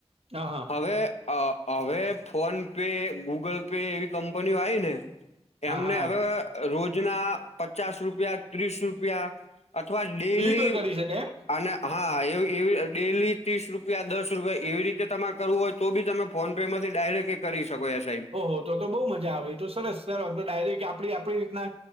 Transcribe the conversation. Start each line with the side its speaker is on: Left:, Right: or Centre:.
Right: હા હા.
Left: હવે હવે ફોન પે ગૂગલ પે એવી કંપનીઓ આવી ને.
Right: હા
Left: એમને
Right: હા
Left: હવે રોજના પચાસ રૂપિયા ત્રીસ રૂપિયા. અથવા ડેલી
Right: પર કરી શકાય એમ
Left: અને હા એ એવી ડેલી ત્રીસ રૂપિયા દસ રૂપિયા એવી રીતે તમારે કરવું હોય. તો બી તમે ફોન પે માંથી ડાયરેક્ટ એ કરી શકો છ
Right: ઓહ તો બહુ મજા આવે તો સરસ સર આમ તો ડાયરેક્ટ આપ આપણી રીતના,